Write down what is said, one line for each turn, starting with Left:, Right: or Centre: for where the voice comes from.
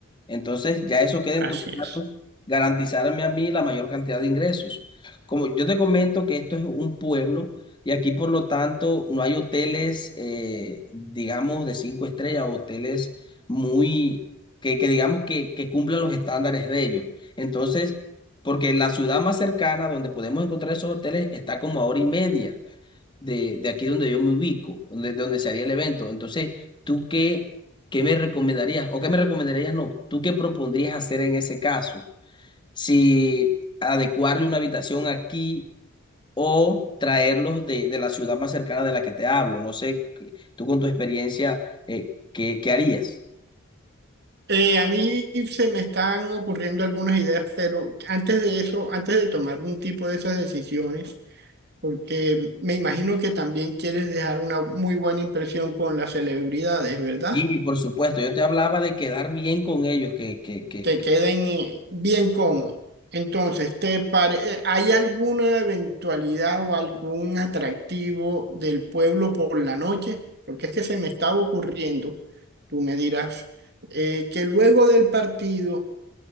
Left: Entonces, ya eso queda en
Right: Así
Left: tus
Right: es.
Left: manos, garantizarme a mí la mayor cantidad de ingresos. Como yo te comento que esto es un pueblo y aquí, por lo tanto, no hay hoteles, eh, digamos, de cinco estrellas, o hoteles muy, que, que digamos que, que cumplan los estándares de ellos. Entonces, porque la ciudad más cercana donde podemos encontrar esos hoteles está como a hora y media de, de aquí donde yo me ubico, donde, donde se haría el evento. Entonces, ¿tú qué, qué me recomendarías? ¿O qué me recomendarías no? ¿Tú qué propondrías hacer en ese caso? Si adecuarle una habitación aquí o traerlos de, de la ciudad más cercana de la que te hablo. No sé, que- tú con tu experiencia, eh, ¿qué, qué harías?
Right: Eh, a mí se me están ocurriendo algunas ideas, pero antes de eso, antes de tomar un tipo de esas decisiones, porque me imagino que también quieres dejar una muy buena impresión con las celebridades, ¿verdad?
Left: Sí, por supuesto, yo te hablaba de quedar bien con ellos, que, que, que,
Right: Que
Left: que
Right: queden eh, bien cómodos. Entonces, ¿te pare- eh, ¿hay alguna eventualidad o algún atractivo del pueblo por la noche? Porque es que se me estaba ocurriendo, tú me dirás, eh, que luego del partido